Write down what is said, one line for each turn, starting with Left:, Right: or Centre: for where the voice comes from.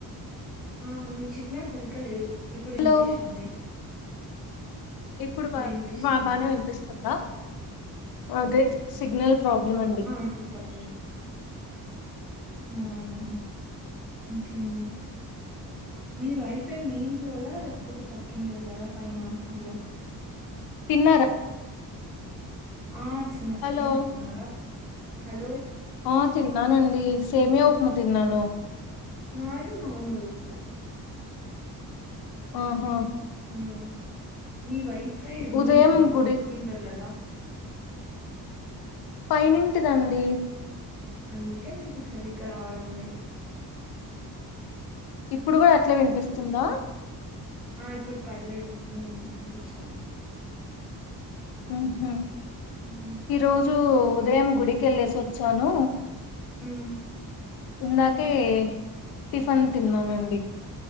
Centre: ఆ మీకు సిగ్నల్ సరిగ్గా లేదు ఇప్పుడు
Left: హలో
Centre: వినిపిస్తోంది
Left: ఇప్పుడు బా
Centre: వినిపిస్తుంది
Left: బా బానే వినిపిస్తుందా అదే సిగ్నల్ ప్రాబ్లమ్ అ
Centre: ఆ ఇప్పుడు పర్లేదు ఉమ్ ఇంకేముంది మీ వైఫై మీ ఇంట్లోదా లేకపోతే పక్కింటోళదా పైన అట్లా
Left: తిన్నార
Centre: ఆ తిన్నా
Left: హలో
Centre: మీరు తిన్నారా హలో
Left: ఆ తిన్నానండి సేమ్యా ఉప్మా తిన్నాను
Centre: మాది మామూలు ఉప్మా
Left: ఆహా
Centre: ఉహుమ్ మీ వైఫై మీ
Left: ఉదయం
Centre: ఇంట్లోన
Left: గుడి
Centre: పక్కింటోళదా
Left: పైనింటిదండి
Centre: అందుకే మీకు సరిగ్గా రావడం లేదు
Left: ఇప్పుడు కూడా అట్లే వినిపిస్తుందా
Centre: ఆ ఇప్పుడు పర్లేదు ఉమ్ వినిపిస్తోంది
Left: ఉహు
Centre: ఉమ్
Left: ఈ రోజు ఉదయం గుడికేళ్ళసి వచ్చాను
Centre: హ్మ్
Left: ఇందాకే టిఫన్ తిన్నానండి